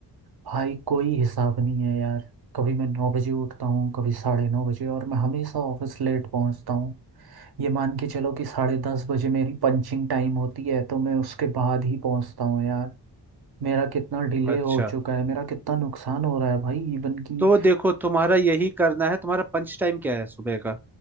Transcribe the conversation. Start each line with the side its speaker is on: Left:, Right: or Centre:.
Right: भाई कोई हिसाब नहीं है यार कभी मैं नौ बजे उठता हूँ कभी साढ़े नौ बजे और मैं हमेशा ऑफिस लेट पहुँचता हूँ ये मान के चलो कि साढ़े दस बजे मेरी पंचिंग टाइम होती है तो मैं उसके बाद ही पहुँचता हूँ यार मेरा कितना डिले
Centre: अच्छा
Right: हो चुका है मेरा कितना नुकसान हो रहा है भाई इवन कि
Centre: तो देखो तुम्हारा यही करना है तुम्हारा पंच टाइम क्या है सुबह का